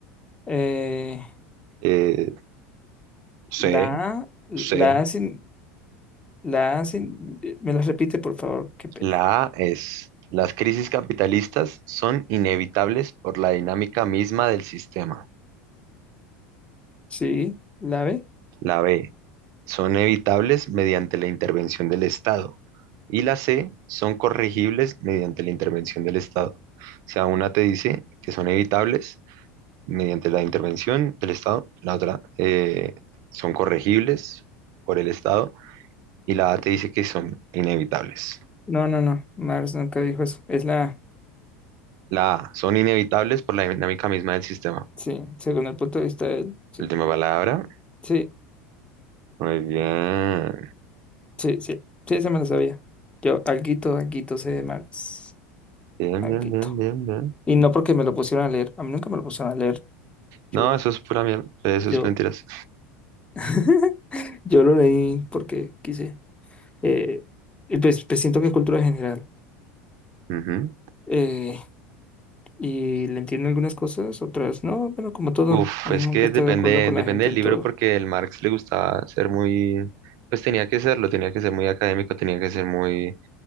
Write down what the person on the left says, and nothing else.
Eh,
La A, la
A sin, la A sin, eh, me las repite, por favor, qué pena.
Sí, la B.
No, no, no, Mars nunca dijo eso. Es la A.
Sí, según el punto de vista de él. Sí,
sí,
sí, sí, sí, esa me lo sabía. Yo, alguito, alguito sé de Marx
Alguito.
Y no porque me lo pusieron a leer. A mí nunca me lo pusieron a leer. Yo,
yo,
<laughs> yo lo leí porque quise. Eh, y pues, pues siento que es cultura general.
Eh, y le entiendo algunas cosas, otras no, bueno, como todo,
nunca
estoy
de acuerdo con
la gente
en
todo.